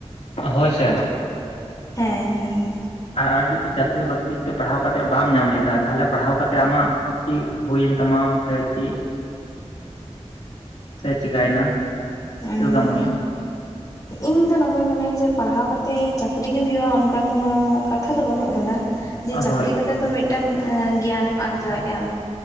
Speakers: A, on the left; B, on the left.
A: ᱦᱳᱭ ᱥᱮᱮ
B: ᱦᱮᱸ ᱦᱮᱸ
A: ᱟᱨ ᱡᱩᱫᱤ ᱪᱟᱹᱠᱨᱤ ᱵᱟᱹᱠᱨᱤ ᱡᱩᱫᱤ ᱯᱟᱲᱦᱟᱣ ᱠᱟᱛᱮᱫ ᱵᱟᱢ ᱧᱟᱢ ᱞᱮᱫᱟ ᱛᱟᱦᱚᱞᱮ ᱯᱟᱲᱦᱟᱣ ᱠᱟᱛᱮ ᱟᱢᱟᱜ ᱪᱮᱫ ᱦᱩᱭᱮᱱ ᱛᱟᱢᱟ ᱥᱮ ᱪᱮᱫ <unintelligible> ᱥᱮ ᱪᱤᱠᱟᱭᱮᱱᱟ
B: ᱦᱮᱸ
A: ᱪᱮᱫ ᱞᱮᱠᱟᱢ ᱢᱚᱱᱮᱭᱟ?
B: ᱤᱧ ᱫᱚ ᱱᱚᱝᱠᱟᱧ ᱢᱚᱱᱮᱭᱟ ᱡᱮ ᱯᱟᱲᱦᱟᱣ ᱠᱟᱛᱮ ᱪᱟᱹᱠᱨᱤ ᱜᱮ ᱦᱩᱭᱩᱜᱼᱟ᱾ ᱚᱱᱠᱟᱱ ᱠᱳᱱᱳ ᱠᱟᱛᱷᱟ ᱫᱚ ᱵᱟᱹᱱᱩᱜ ᱟᱠᱟᱫᱟ᱾ ᱡᱮ ᱪᱟᱹᱠᱨᱤ
A: ᱦᱳᱭ
B: ᱠᱟᱛᱮᱜ ᱛᱚ ᱢᱤᱫᱴᱟᱝ ᱜᱮᱭᱟᱱᱮᱢ ᱟᱨᱡᱟᱣᱮᱫᱼᱟ